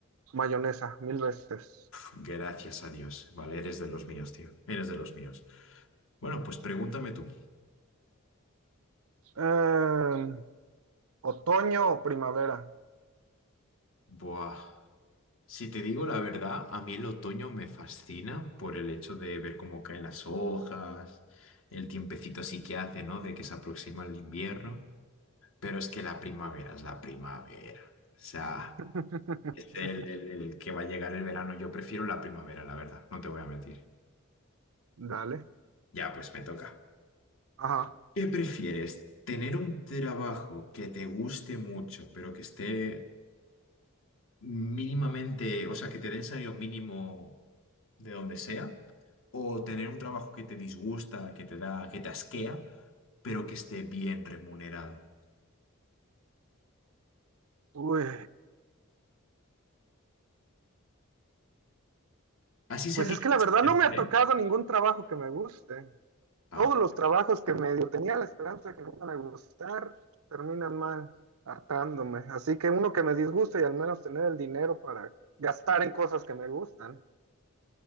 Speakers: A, on the right; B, on the left.
A: Mayonesa, mil veces.
B: Gracias a Dios. Vale, eres de los míos, tío. Eres de los míos. Bueno, pues pregúntame tú.
A: Eh, ¿otoño o primavera?
B: Buah. Si te digo la verdad, a mí el otoño me fascina por el hecho de ver cómo caen las hojas, el tiempecito así que hace, ¿no? De que se aproxima el invierno. Pero es que la primavera es la primavera. O sea,
A: <laughs>
B: es el, el- el que va a llegar el verano. Yo prefiero la primavera, la verdad, no te voy a mentir.
A: Dale.
B: Ya, pues me toca.
A: Ajá.
B: ¿Qué prefieres? ¿Tener un trabajo que te guste mucho, pero que esté mínimamente, o sea, que te den salario mínimo de donde sea, o tener un trabajo que te disgusta, que te da, que te asquea, pero que esté bien remunerado.
A: Uy,
B: Así sea
A: pues
B: que...
A: es que la verdad no me ha
B: ¿Eh?
A: tocado ningún trabajo que me guste.
B: Ah,
A: Todos los trabajos que medio tenía la esperanza de que me iban a gustar terminan mal, hartándome. Así que uno que me disgusta y al menos tener el dinero para gastar en cosas que me gustan.